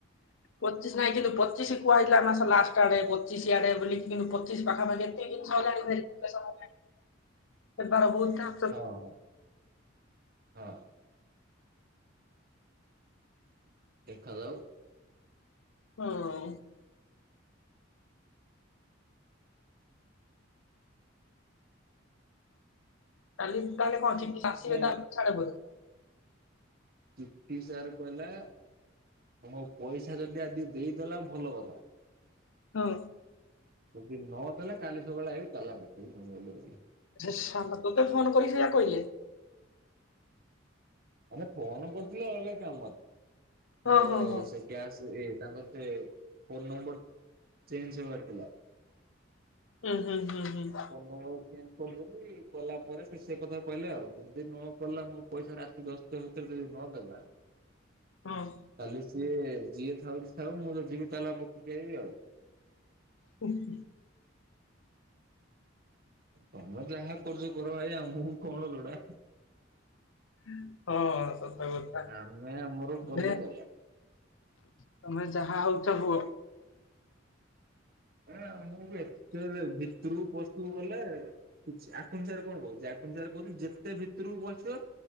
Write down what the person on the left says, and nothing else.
ପଚିଶ ନାଇଁ କିନ୍ତୁ ପଚିଶ କୁଆହେଇଥିଲା ଏ ମାସ ଲାଷ୍ଟ ଆଡେ ପଚିଶ ଆଡେ ବୋଲିକି କିନ୍ତୁ ପଚିଶ ପାଖାପାଖି। କେତେ ଜିନିଷ ହେଲାଣି ଭେରୀ୍ଫି କେସନ। ଏତେଥର ବୋହୁଥା।
ହଁ। କାଲି ତାହେଲେ କଣ ଠିକ ଆସିବେ
ତା ସାଡେ ପ
ହୁଁ।
ସେ ସାଙ୍ଗ ତୋତେ ଫୋନ କରିକି ସେଇଆ କଇଲେ।
ହଁ ହଁ ହଁ
ହୁଁ ହୁଁ ହୁଁ ହୁଁ।
ହଁ।
<inaudible>
ହଁ। ସତ କଥା।
ରେ
ତମେ ଯାହା ହଉଚ ହୁଅ।